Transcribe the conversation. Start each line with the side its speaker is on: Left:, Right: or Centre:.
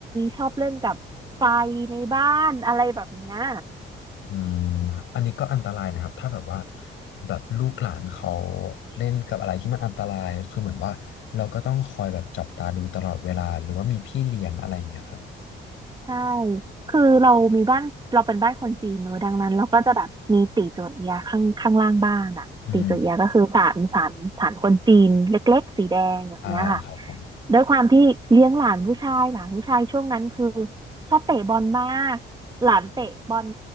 Right: ชอบเล่นกับไฟในบ้านอะไรแบบเนี้ย
Left: อืมครับอันนี้ก็อันตรายนะครับถ้าแบบว่าแบบลูกหลานเขาเล่นกับอะไรที่มันอันตรายคือเหมือนว่าเราก็ต้องคอยแบบจับตาดูตลอดเวลาหรือว่ามีพี่เลี้ยงอะไรอย่างเงี้ยครับ
Right: ใช่ คือเรามีบ้านเราเป็นบ้านคนจีนเนอะดังนั้นเราก็จะแบบมีตีจั่วเอียข้างข้างล่างบ้านอ่ะตีจั่วเอียก็คือศาลศาลศาลคนจีนเล็กๆสีแดงแบบเนี้ยค่ะ
Left: อืมอ่าครับผม
Right: ด้วยความที่เลี้ยงหลานผู้ชายหลานผู้ชายช่วงนั้นคือชอบเตะบอลมากหลานเตะบอล